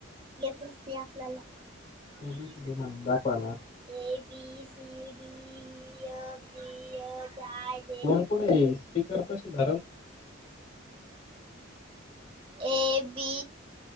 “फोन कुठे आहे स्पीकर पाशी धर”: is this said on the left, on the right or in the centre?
Left